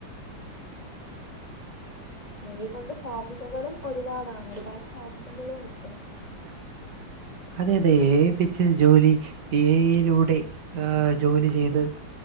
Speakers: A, on the left; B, on the right.
A: എ ഐ കൊണ്ട് സാധ്യതകളും ഒരുപാടാണ് ഒരുപാട് സാധ്യതകളും ഉണ്ട്
B: ഉ അതെ അതെ ഏ
A: ഇപ്പോ
B: ഐ വെച്ച് ജോലി ഏ ഐ ലൂടെ ആ ജോലി ചെയ്ത്